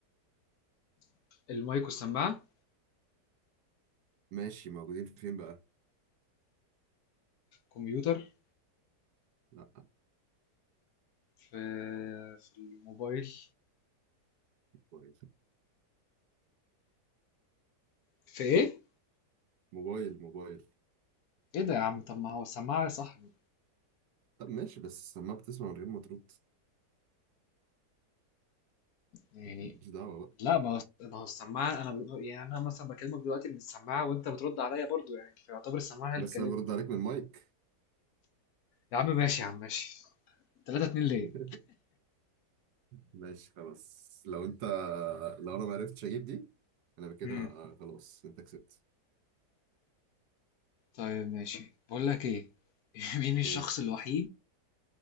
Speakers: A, on the left; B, on the right.
A: <laughs> المايك والسماعة
B: ماشي موجودين فين بقى
A: كمبيوتر
B: لا
A: في في الموبايل
B: موبايل
A: في ايه
B: موبايل موبايل
A: إيه ده يا عم طب ما هو السماعة يا صاحبي
B: طب ماشي بس السماعة بتسمع من غير ما ترد
A: يعني
B: ماليش دعوة بقى
A: لا ما هو ما هو السماعة أنا بقول- يعني أنا مثلا بكلمك دلوقتي من السماعة وأنت بترد عليا برضو يعني فيعتبر السماعة هي اللي
B: بس
A: بتكلمني
B: انا برد عليك من المايك
A: يا عم ماشي يا عم ماشي تلاتة اتنين ليه؟
B: <laughs> ماشي خلاص لو انت لو انا ما عرفتش اجيب دي انا بكده
A: امم
B: خلاص انت كسبت
A: طيب ماشي بقول لك إيه <laughs> مين الشخص
B: قول
A: الوحيد